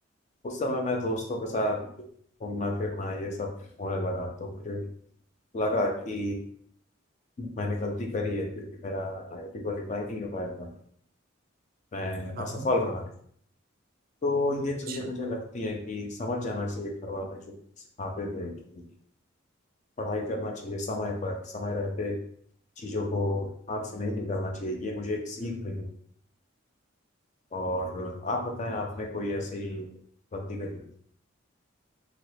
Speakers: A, on the left; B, on the right.
A: उस समय मैं दोस्तों के साथ घूमना फिरना ये सब होने लगा तो मुझे लगा कि मैंने गलती करी है क्योंकि मेरा आईआईटी क्वालिफाई नहीं हो पाया था मैं
B: हाँ
A: असफल
B: हाँ
A: रहा तो ये चीज़ें
B: अच्छा
A: मुझे लगती है कि समझ जाना चाहिए घर वाले जो सिखाते थे कि पढ़ाई करना चाहिए समय पर समय रहते चीज़ों को हाथ से नहीं निकालना चाहिए ये मुझे एक सीख मिली और आप बताएं आपने कोई ऐसी गलती करी